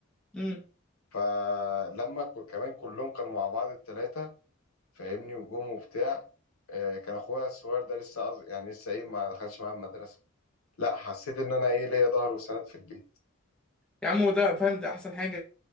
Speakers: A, in the centre; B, on the left (about 80°).
A: امم
B: فلما ك- كمان كلهم كانوا مع بعض التلاتة فاهمني وجم وبتاع آه، كان اخويا الصغير ده لسه أص- يعني لسه ايه ما دخلش معايا المدرسه لا حسيت ان انا ايه ليا ظهر وسند في البيت
A: يا عم هو ده فاهم ده احسن حاجه